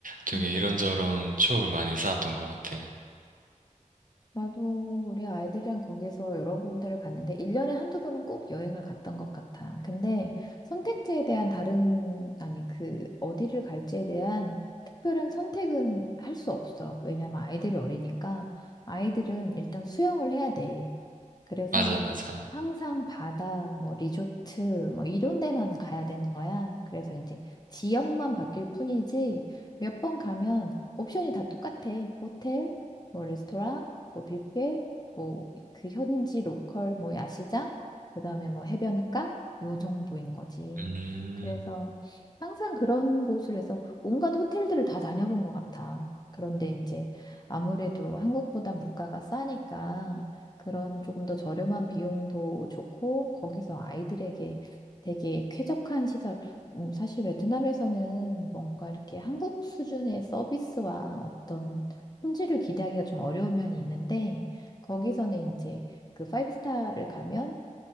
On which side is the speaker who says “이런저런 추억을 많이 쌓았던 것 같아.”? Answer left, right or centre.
Right